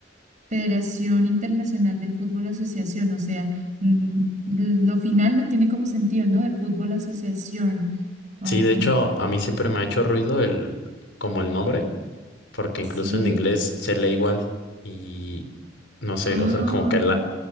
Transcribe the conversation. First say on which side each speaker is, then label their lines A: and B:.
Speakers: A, on the right (about 45°); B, on the left (about 75°).
A: Federación Internacional de Fútbol Asociación, o sea, mm, lo final no tiene como sentido, ¿no? De fútbol asociación. Um,
B: Sí, de hecho, a mí siempre me ha hecho ruido el, como el nombre. porque
A: sí.
B: incluso en inglés se lee igual y no sé,
A: Ah,
B: o sea, como que la,